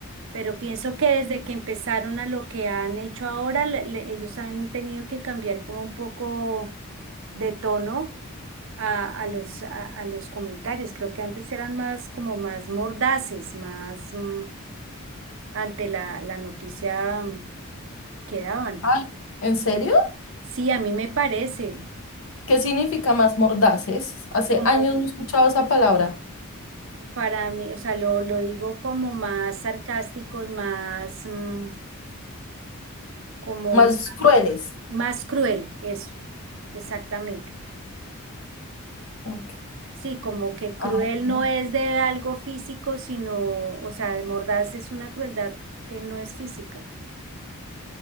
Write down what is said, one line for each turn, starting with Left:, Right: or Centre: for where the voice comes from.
Right: Pero pienso que desde que empezaron a lo que han hecho ahora, le- le- ellos han tenido que cambiar como un poco de tono a, a los, a, a los comentarios. Creo que antes eran más como más mordaces, más mm, ante la, la noticia mm, que daban.
Left: Ay, ¿en serio?
Right: Sí, a mí me parece
Left: ¿Qué significa más mordaces? Hace
Right: como
Left: años no escuchaba esa palabra.
Right: para mí, o sea, lo, lo digo como más sarcásticos, más, mm, como
Left: Más crueles.
Right: más, más cruel, eso, exactamente.
Left: Ok.
Right: Sí, como que cruel
Left: Ah, bueno.
Right: no es de algo físico, sino, o sea, mordaz es una crueldad que no es física.